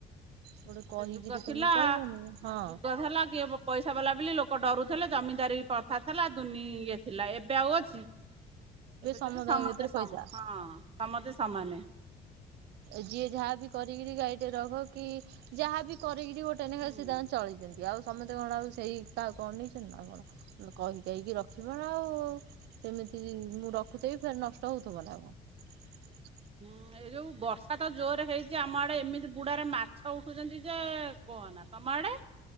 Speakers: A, on the right; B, on the right.
A: ଗୋଟେ କହିକିରି
B: ସେ ଯୁଗ
A: ତମେ
B: ଥିଲା
A: କହିବନି ହଁ
B: ଯୁଗ ହେଲା କିଏ ବୋ ପଇସା ବାଲା ବୋଲି ଲୋକ ଡରୁଥିଲେ ଜମିଦାରି ପ୍ରଥା ଥିଲା ଦୁନି ଇଏ ଥିଲା ଏବେ ଆଉ ଅଛି। ଏବେ
A: ସମଦାୟ
B: ତ ସେ ସମତେ
A: କତିରେ
B: ସମ୍
A: ପଇସା।
B: ହଁ ସମତେ ସମାନେ।
A: ଯିଏ ଯାହାବି କରିକିରି ଗାଈଟେ ରଖ କି ଯାହାବି କ କିରି ଗୋଟେ ଏଇନା
B: ହୁଁ
A: ସିଏ ତାଙ୍କର ଚଳିଚନ୍ତି ଆଉ ସମତେ କଣ ଆଉ ସେଇ କାହାକୁ ଅନେଇଚନ୍ତି ନା କଣ କହି କାହିକି ରଖିବ ନା ଆଉ ସେମି ତି ମୁଁ ରଖୁଥେବି ଫେରେ ନଷ୍ଟ ହୋଉଥିବ ନା କଣ।
B: ହୁଁ ଏଇ ଯୋଉ ବର୍ଷା ତ ଜୋରେ ହେଇଛି, ଆମ ଆଡେ ଏମିତି ବୁଡାରେ ମାଛ ଉଠୁଛନ୍ତି ଯେ କୁହନା। ତମ ଆଡ଼େ?